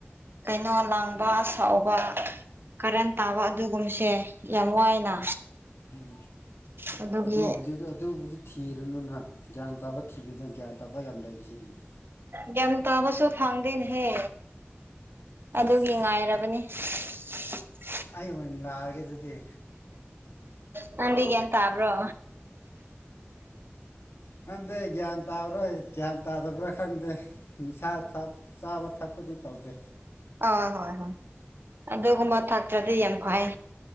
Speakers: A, on the right; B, on the left.
A: ꯀꯩꯅꯣ ꯂꯥꯡꯕ ꯁꯥꯎꯕ ꯀꯔꯟ ꯇꯥꯕ ꯑꯗꯨꯒꯨꯝꯕꯁꯦ ꯌꯥꯝ ꯋꯥꯏꯅ
B: ꯎꯝ
A: ꯑꯗꯨꯒꯤ
B: ꯑꯗꯨꯗꯤ ꯑꯗꯨꯕꯨꯗꯤ ꯊꯤꯔꯨꯅꯨꯅ ꯒ꯭ꯌꯥꯟ ꯇꯥꯕ ꯊꯤꯈꯤꯕꯗꯅ ꯒ꯭ꯌꯥꯟ ꯇꯥꯕ ꯌꯥꯝ ꯂꯩꯒꯦ ꯁꯤꯗꯤꯅꯤ
A: ꯒ꯭ꯌꯥ ꯇꯥꯕꯁꯨ ꯐꯪꯗꯦꯅꯦꯍꯦ
B: ꯑꯩꯁ
A: ꯑꯗꯨꯒꯤ ꯉꯥꯏꯔꯕꯅꯤ <unintelligible> <inaudible>
B: ꯑꯩ ꯑꯣꯏꯅ ꯑꯣꯏꯅ ꯂꯥꯛꯑꯒꯦ ꯑꯗꯨꯗꯤ
A: ꯅꯗꯒꯦ ꯇꯥꯕ꯭ꯔꯣ
B: ꯈꯪꯗꯦ ꯒ꯭ꯌꯥꯟ ꯇꯥꯕ꯭ꯔꯣꯏ ꯒ꯭ꯌꯥꯟ ꯇꯥꯗꯕ꯭ꯔꯥ ꯈꯪꯗꯦ ꯅꯤꯁꯥ ꯆꯥꯕ ꯊꯛꯄꯗꯤ ꯇꯧꯗꯦ
A: ꯑ ꯍꯣꯏ ꯍꯣꯏ ꯑꯗꯨꯒꯨꯝꯕ ꯊꯥꯛꯇ꯭ꯔꯗꯤ ꯌꯥꯝ ꯐꯩ